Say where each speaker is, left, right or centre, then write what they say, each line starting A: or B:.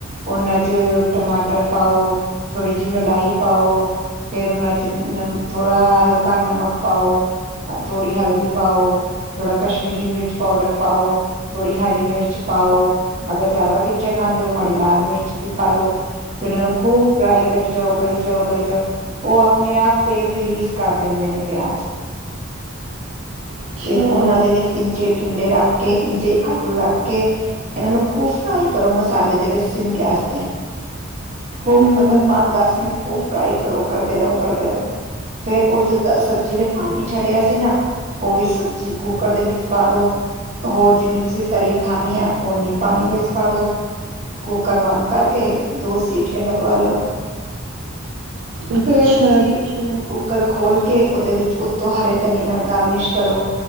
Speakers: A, on the right; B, on the right.
A: ਉਨਾਂ ਚ ਟਮਾਟਰ ਪਾਓ। ਥੋੜ੍ਹੀ ਜਿਹੀ ਮਲਾਈ ਪਾਓ। ਨਾ ਉਨਾ ਚ ਥੋੜਾ ਹਲਕਾ, ਨਮਕ ਪਾਓ ਥੋੜੀ ਹਲਦੀ ਪਾਓ ਥੋੜਾ ਕਸ਼ਮੀਰੀ ਮਿਰਚ ਪਾਊਡਰ ਪਾਓ ਥੋੜੀ ਹਰੀ ਮਿਰਚ ਪਾਓ ਅਗਰ ਜਿਆਦਾ ਤਿੱਖੇ ਖਾ ਮਾੜੀ ਲਾਲ ਮਿਰਚ ਵੀ ਪਾਲੋ, ਫੇਰ ਇਹ ਨੂੰ ਖੂਬ ਫ੍ਰਾਈ ਕਰ ਜਾਓ ਕਰ ਜਾਓ। ਕਰੀ ਜਾਓ। ਉਹ ਆਪਣੇ ਆਪ ਫਲ ਰਿਲੀਜ਼ ਕਰ ਦਿੰਦੇ ਨੇ ਪਿਆਜ
B: ਅੱਛਾ
A: ਫਿਰ ਉਹਨਾਂ ਦੇ ਵਿੱਚ ਇੰਜੇਟ ਟਿੰਡੇ ਰੱਖ ਕੇ ਇੰਜੇ ਆਲੂ ਰੱਖ ਕੇ ਇਹਨਾਂ ਨੂੰ ਖੂਬ ਫਰਾਈ ਕਰੋ, ਮਸਾਲੇ ਦੇ ਵਿੱਚ ਸਿਮ ਗੈਸ ਤੇ ਹੋ
B: ਹੂੰ,
A: ਮਤਲਬ ਪੰਜ ਦਸ ਮਿੰਟ, ਖੂਬ ਫਰਾਈ ਕਰੋ। ਕਰਦੇ ਰਹੋ ਕਰਦੇ ਰਹੋ ਫੇਰ ਉਹ ਜਿੱਦਾਂ ਸਬਜ਼ੀ ਨੇ ਪਾਣੀ ਛੱਡਿਆ ਸੀ ਨਾ, ਉਹ ਵੀ ਸਬਜ਼ੀ ਕੂੱਕਰ ਦੇ ਵਿੱਚ ਪਾ ਦੋ ਹੋਰ ਜਿੰਨੀ ਤੁਸੀਂ ਤਰੀ ਖਾਣੀ ਹੈ ਓਨੀ ਪਾਣੀ ਵਿੱਚ ਪਾ ਦੋ ਕੁੂਕਰ ਬੰਦ ਕਰਕੇ ਦੋ ਸੀਟੀਆਂ ਲਗਵਾ ਲਉ।
B: ਅੱਛਾ-ਅੱਛਾ,
A: ਫੇਰ ਤੁਸੀਂ ਕੁੂੱਕਰ ਖੋਲ ਕੇ ਉਹਦੇ ਵਿੱਚ ਉੱਤੋਂ ਹਰੇ ਧਨੀਏ ਨਾਲ ਗਾਰਨਿਸ਼ ਕਰੋ